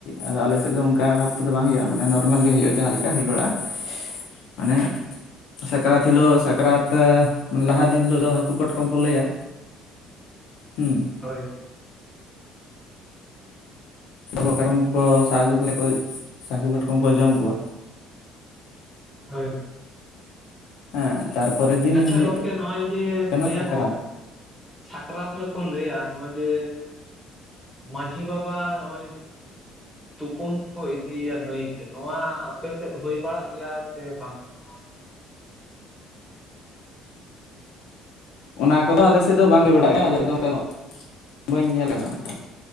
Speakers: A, on the left (about 75°); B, in the centre.
A: ᱟᱫᱚ ᱟᱞᱮ ᱥᱮᱫ ᱫᱚ ᱚᱱᱠᱟ ᱵᱷᱟᱵᱽ ᱛᱮᱫᱚ ᱵᱟᱝ ᱦᱩᱭᱩᱜᱼᱟ ᱢᱟᱱᱮ ᱱᱚᱨᱢᱮᱞ ᱜᱮ ᱦᱩᱭᱩᱜᱼᱟ ᱡᱟᱦᱟᱸ ᱞᱮᱠᱟ ᱦᱩᱭ ᱵᱟᱲᱟᱜᱼᱟ ᱢᱟᱱᱮ ᱥᱟᱠᱨᱟᱛ ᱦᱤᱞᱳᱜ ᱥᱟᱠᱨᱟᱛ ᱢᱟᱱᱮ ᱞᱟᱦᱟ ᱫᱤᱱ ᱦᱤᱞᱳᱜ ᱫᱚ ᱦᱟᱹᱠᱩ ᱠᱟᱴᱠᱚᱢ ᱠᱚ ᱞᱟᱹᱭᱟ ᱦᱩᱸ
B: ᱦᱳᱭ
A: ᱠᱟᱴᱠᱚᱢ ᱠᱚ ᱥᱟᱜ ᱟᱹᱜᱩ ᱠᱚ ᱦᱟᱹᱠᱩ ᱠᱟᱴᱠᱚᱢ ᱠᱚ ᱡᱚᱢ ᱠᱚᱣᱟ
B: ᱦᱳᱭ
A: ᱦᱮᱸ ᱛᱟᱨᱯᱚᱨᱮ ᱫᱤᱱ
B: ᱟᱪᱪᱷᱟ
A: ᱦᱩᱭᱩᱜ
B: ᱜᱚᱢᱠᱮ ᱱᱚᱜᱼᱚᱭ ᱡᱮ
A: ᱠᱟᱱᱟ
B: ᱞᱟᱹᱭᱟᱠᱚ
A: ᱥᱟᱠᱨᱟᱛ
B: ᱥᱟᱠᱨᱟᱛ ᱨᱮᱠᱚ ᱞᱟᱹᱭᱟ ᱱᱚᱜᱼᱚᱭ ᱡᱮ ᱢᱺᱡᱷᱤ ᱵᱟᱵᱟ ᱱᱚᱜᱼᱚᱭ ᱛᱩᱯᱩᱱ ᱠᱚ ᱤᱫᱤᱭᱟ ᱱᱟᱹᱭ ᱛᱮ, ᱱᱚᱣᱟ ᱟᱯᱮ ᱥᱮᱫ ᱦᱩᱭ ᱵᱟᱲᱟᱜ ᱜᱮᱭᱟ ᱥᱮ ᱵᱟᱝᱟ? ᱱᱚᱣᱟ
A: ᱚᱱᱟ ᱠᱚᱫᱚ ᱟᱞᱮ ᱥᱮᱫ ᱫᱚ ᱵᱟᱝ ᱦᱩᱭ ᱵᱟᱲᱟᱜ ᱜᱮᱭᱟ, ᱟᱞᱮ ᱫᱚ ᱚᱱᱠᱟ ᱫᱚ᱾ ᱵᱟᱹᱧ ᱧᱮᱞ ᱠᱟᱫᱟ ᱚᱱᱠᱟ